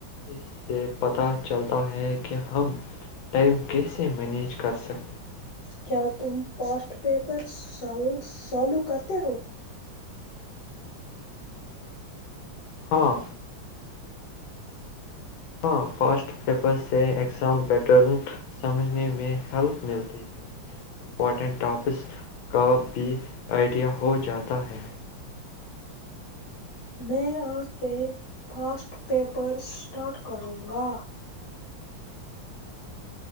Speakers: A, on the left; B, on the left.
A: اس سے پتہ چلتا ہے کہ ہم ٹائم کیسے مینیج کر سکتے ہیں
B: کیا تم پاسٹ پیپر س سالو کرتے ہو
A: ہاں ہاں فاسٹ پیپر سے ایگزام بییٹرن سمجھنے میں ہیلپ ملتی ہے امپورٹنٹ ٹاپکس کا بھی آئیڈیا ہو جاتا ہے
B: میں آج سے فاسٹ پیپر اسٹارٹ کروں گا